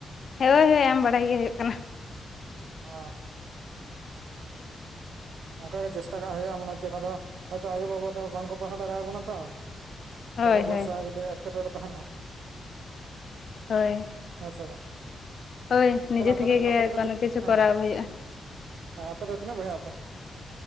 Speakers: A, on the left; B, on the right.
A: ᱦᱮᱸ ᱦᱮᱸ ᱮᱢ ᱵᱟᱲᱟᱭ ᱜᱮ ᱦᱩᱭᱩᱜ ᱠᱟᱱᱟ᱾
B: ᱚ ᱚᱱᱠᱟ ᱜᱮ ᱪᱮᱥᱴᱟ ᱠᱟᱜ ᱦᱩᱭᱩᱜᱼᱟ ᱢᱟᱱᱮ ᱪᱮᱫ ᱚᱱᱟᱫᱚ ᱦᱚᱭ ᱛᱳ ᱟᱭᱳᱼᱵᱟᱵᱟ ᱫᱚ ᱵᱟᱝ ᱠᱚ ᱯᱟᱲᱦᱟᱣ ᱫᱟᱲᱮᱭᱟᱵᱚᱱᱟ ᱛᱚ
A: ᱦᱳᱭ
B: ᱴᱟᱠᱟ ᱯᱚᱭᱥᱟ
A: ᱦᱳᱭ
B: ᱡᱩᱫᱤ ᱮᱴᱠᱮᱴᱚᱬᱮ ᱛᱟᱸᱦᱮᱱᱟ,
A: ᱦᱳᱭ
B: ᱦᱮᱸ ᱥᱮ ᱵᱟᱝ?
A: ᱦᱳᱭ ᱱᱤᱡᱮ
B: ᱛᱟᱦᱚᱞᱮ
A: ᱛᱷᱮᱠᱮ ᱜᱮ
B: ᱟᱯᱮ ᱫᱚ ᱟᱯᱮ ᱫᱚᱯᱮ
A: ᱠᱳᱱᱳ
B: ᱛᱤᱱᱟᱹᱜ
A: ᱠᱤᱪᱷᱩ
B: ᱦᱮᱸ
A: ᱠᱚᱨᱟᱣ ᱦᱩᱭᱩᱜᱼᱟ᱾
B: ᱟᱯᱮ ᱫᱚ ᱛᱤᱱᱟᱹᱜ ᱵᱚᱭᱦᱟᱜ ᱟᱯᱮ?